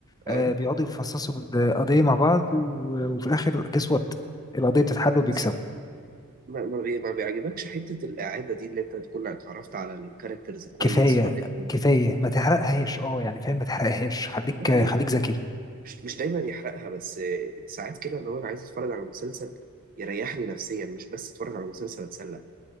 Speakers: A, on the right (about 40°); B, on the left (about 15°).
A: اه
B: آه، بيقعدوا يفصصوا القضية مع بعض و- وفي الآخر جس وات القضية بتتحل وبيكسبوا
A: بس ما ما بي- ما بيعجبكش حتة الإعادة دي اللي أنت تكون اتعرفت على الكاركترز كويس
B: كفاية
A: وعارفهم
B: كفاية ما تحرقهاش اه يعني فاهم ما تحرقهاش خليك
A: لا ليه
B: خليك ذكي
A: مش مش دايما يحرقها بس آه، ساعات كده اللي هو أنا عايز أتفرج على مسلسل يريحني نفسيا مش بس أتفرج على مسلسل أتسلى